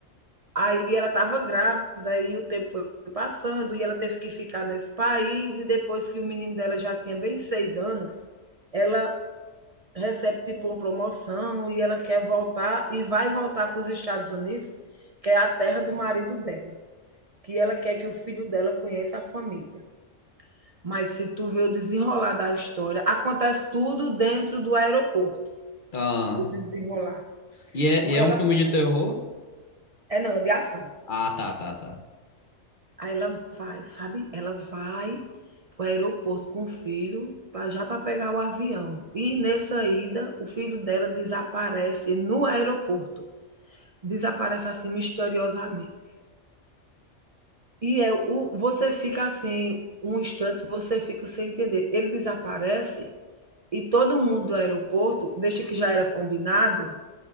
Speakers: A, on the right; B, on the left.
A: Aí ela estava grávida e o tempo foi passando e ela teve que ficar nesse país e depois que o menino dela já tinha bem seis anos, ela recebe tipo uma promoção e ela quer voltar e vai voltar para os Estados Unidos, que é a terra do marido dela, que ela quer que o filho dela conheça a família. Mas se tu vê o desenrolar da história, acontece tudo dentro do aeroporto,
B: Ah,
A: o desenrolar,
B: e é,
A: porque
B: e é
A: ela
B: um filme de terror?
A: é não, é de ação.
B: Ah, tá, tá, tá.
A: Aí ela vai, sabe, ela vai para o aeroporto com o filho, pra já para pegar o avião. E nessa ida, o filho dela desaparece no aeroporto, desaparece assim misteriosamente. E é o você fica assim, um instante você fica sem entender. Ele desaparece e todo mundo do aeroporto, desde que já era combinado,